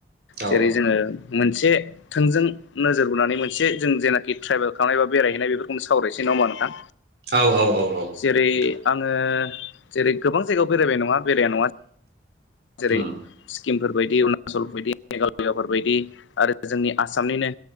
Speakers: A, on the right; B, on the left.
A: औ
B: जेरै जोङो मोनसे थोंजों नोजोर बोनानै मोनसे जों जेनाखि ट्रेभेल खालामनाय बा बेरायहैनाय बेफोरखौनो सावरायनोसै नामा नोंथां।
A: औ औ औ औ नोंथां
B: जेरै आङो जेरै गोबां जायगायाव बेरायबाय नङा बेरायनाय नङा जेरै
A: उम
B: सिक्किमफोर बायदि अरुणाचलफोर बायदि मेघालयाफोर बायदि आरो जोंनि आसामनिनो